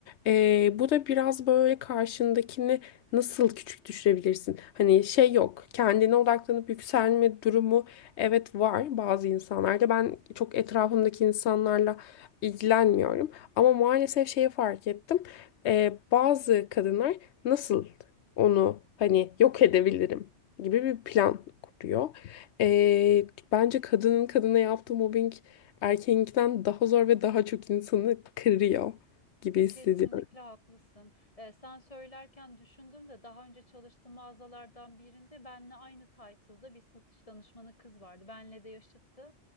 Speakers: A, on the left; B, on the left.
A: Ee, bu da biraz böyle karşındakini nasıl küçük düşürebilirsin? Hani şey yok, kendine odaklanıp yükselme durumu evet var bazı insanlarda. Ben çok etrafımdaki insanlarla ilgilenmiyorum ama maalesef şeyi fark ettim. Ee, bazı kadınlar nasıl onu hani yok edebilirim? gibi bir plan kuruyor. Ee, bence kadının kadına yaptığı mobbing erkeğinkinden daha zor ve daha çok insanı kırıyor gibi
B: Ya
A: hissediyorum.
B: kesinlikle haklısın. Ee, sen söylerken düşündüm de daha önce çalıştığım mağazalardan birinde benle aynı title'da bir satış danışmanı kız vardı. Benle de yaşıttı.